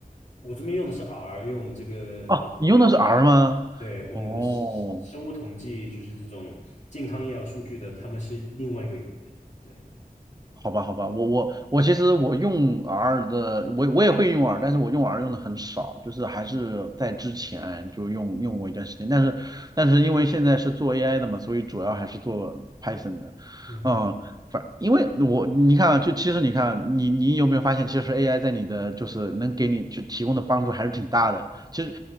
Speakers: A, on the left; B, on the right.
A: 我这边用的是 R，因为我们这个。
B: 哦，
A: 呃。
B: 你用的是 R 吗？
A: 对，我们的生生物统计就是这种健康医疗数据的，
B: 哦
A: 他们是另外一个语言。对，
B: 好吧，好吧，我我我其实我用 R 的，我我也会用 R，但是我用 R 用的很少，就是还是在之前就用用过一段时间，但是但是因为现在是做 AI 的嘛，所以主要还是做 Python 的，
A: 嗯哼，
B: 嗯，反因为我你看啊，就其实你看啊你你有没有发现，其实 AI 在你的就是能给你就提供的帮助还是挺大的，其实。